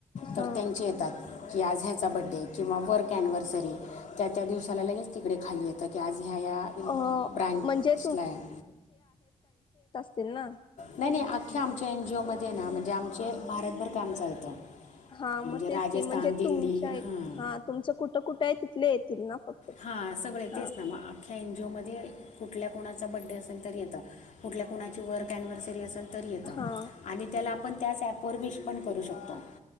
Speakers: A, on the left; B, on the left.
A: हां
B: तर त्यांचे येतात की आज ह्याच चा बड्डे किंवा वर्क ॲनिव्हर्सरी त्या त्या दिवसाला लगेच तिकडे खाली येतं की आज ह्या या
A: अ
B: ब्रँडसला
A: म्हणजे
B: आहे
A: त ना
B: नाही नाही अख्ख्या आमच्या एनजीओ मध्ये ना म्हणजे आमचे भारतभर काम चालतं
A: हा
B: म्हणजे
A: मग
B: राजस्थान
A: तेच ककी म्हणजे
B: दिल्ली
A: तुमच्या
B: हां
A: हा तुमचं कुठं कुठं आहे तिथले येतील ना फक्त
B: हा सगळ
A: हा
B: तेच ना मग अख्ख्या एन जीओ मध्ये कुठल्या कोणाचा बड्डे असेल तर येत कुठल्या कोणाची वर कॅनव्हस अस त येत
A: हा
B: आणि त्या आपण त्या पवर विश पण करू शकतो